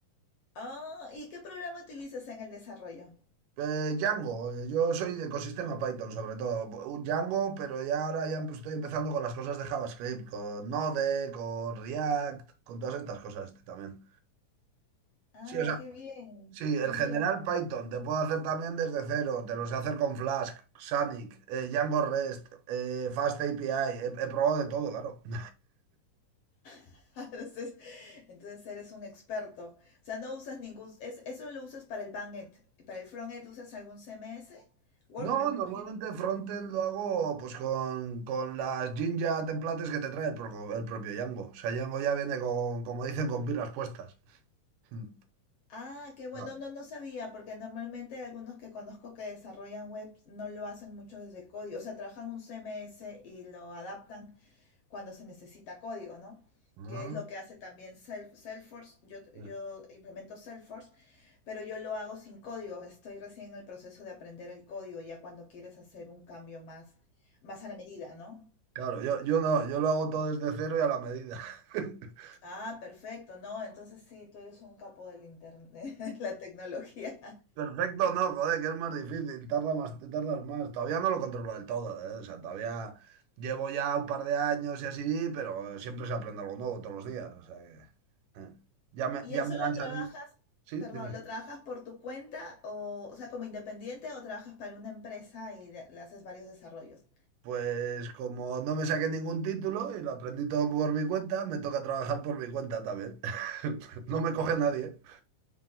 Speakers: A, on the left (about 70°); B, on the right (about 85°).
A: Ah, ¿y qué programa utilizas en el desarrollo?
B: Eh, Django, eh, yo soy de ecosistema Python sobre todo. Un Django, pero ya ahora ya empe- estoy empezando con las cosas de JavaScript, con Node, con React, con todas estas cosas este, también.
A: Ah,
B: Sí, o sea,
A: qué bien,
B: Sí, el
A: qué
B: general
A: bien.
B: Python, te puedo hacer también desde cero, te lo sé hacer con Flask, Sonic, eh, Django REST, eh, Fast API, he, he probado de todo, claro. <laughs>
A: <laughs> Entonces, entonces eres un experto. O sea, no usas ningún, es- eso lo usas para el backend y para el frontend usas algún CMS, WordPress,
B: No,
A: me
B: normalmente
A: imagino.
B: frontend lo hago pues con, con las Jinja templates que te trae el, pro- el propio Django. O sea, Django ya viene con, como dicen, con pilas puestas. <laughs> Mm,
A: Ah, qué bueno,
B: Claro,
A: no, no sabía, porque normalmente hay algunos que conozco que desarrollan webs no lo hacen mucho desde código, o sea, trabajan un CMS y lo adaptan cuando se necesita código, ¿no?
B: Ah,
A: Que es lo que hace también Self- Salesforce, yo,
B: sí.
A: yo implemento Salesforce, pero yo lo hago sin código, estoy recién en el proceso de aprender el código, ya cuando quieres hacer un cambio más, más a la medida, ¿no?
B: claro, yo, yo no, yo lo hago todo desde cero y a la medida. <laughs>
A: Ah, perfecto, no, entonces sí, tú eres un capo del internet, <laughs> la tecnología.
B: Perfecto, no, joder, que es más difícil, tarda más, te tardas más. Todavía no lo controlo del todo, ¿eh? O sea, todavía llevo ya un par de años y así, pero siempre se aprende algo nuevo todos los días. O sea que, eh. Ya me,
A: ¿Y
B: ya
A: eso
B: me
A: lo
B: han salido.
A: trabajas,
B: Sí,
A: perdón,
B: dime.
A: lo trabajas por tu cuenta o, o sea, como independiente o trabajas para una empresa y de- le haces varios desarrollos?
B: Pues como no me saqué ningún título y lo aprendí todo por mi cuenta, me toca trabajar por mi cuenta también. <laughs> No me coge nadie.